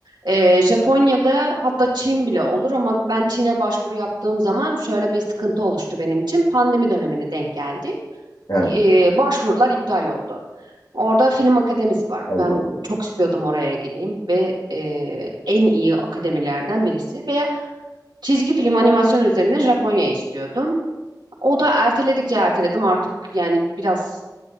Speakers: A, on the right; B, on the left.
A: e, Japonya'da hatta Çin bile olur ama ben Çin'e başvuru yaptığım zaman şöyle bir sıkıntı oluştu benim için. Pandemi dönemine denk geldi.
B: He,
A: E, başvurular iptal oldu. Orada film akademisi var.
B: Allah
A: Ben
B: Allah.
A: çok istiyordum oraya gideyim ve e, en iyi akademilerden birisi ve çizgi film animasyon üzerine Japonya istiyordum. O da erteledikçe erteledim artık yani biraz